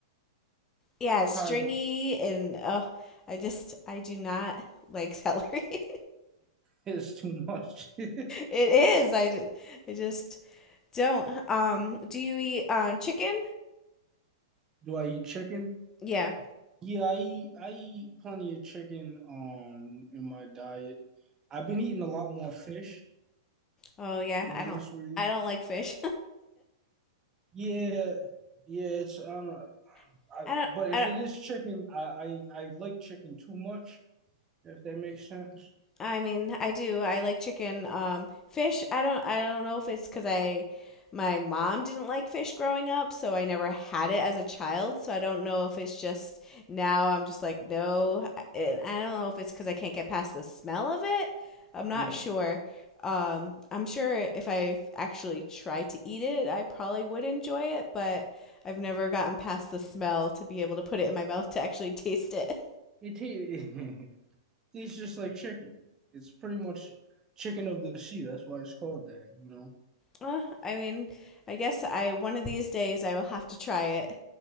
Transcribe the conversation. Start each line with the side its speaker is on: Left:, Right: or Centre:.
Left: Yeah, it's stringy
Right: kind of
Left: and oh, I just I do not like celery. <laughs>
Right: It's too much. <laughs> Do
Left: It is. I just, I just don't. Um, do you eat um chicken?
Right: I eat chicken?
Left: Yeah.
Right: Yeah, I eat, I eat plenty of chicken um in my diet. I've been eating a lot more fish,
Left: Oh yeah.
Right: to be
Left: I
Right: honest
Left: don't.
Right: with you.
Left: I don't like fish.
Right: Yeah, yeah, it's I don't know.
Left: <laughs>
Right: I,
Left: I don't.
Right: but
Left: I
Right: if it is chicken, I, I I like chicken too much, if that makes sense.
Left: I mean, I do. I like chicken. Um, fish. I don't. I don't know if it's because I, my mom didn't like fish growing up, so I never had it as a child. So I don't know if it's just now I'm just like no. I, I don't know if it's because I can't get past the smell of it. I'm not
Right: Yeah.
Left: sure. Um, I'm sure if I actually tried to eat it, I probably would enjoy it, but I've never gotten past the smell to be able to put it in my mouth to actually <laughs> taste it.
Right: It ta- <laughs> tastes just like chicken. It's pretty much chicken of the sea. That's why it's called that, you know.
Left: Uh, I mean, I guess I one of these days I will have to try it,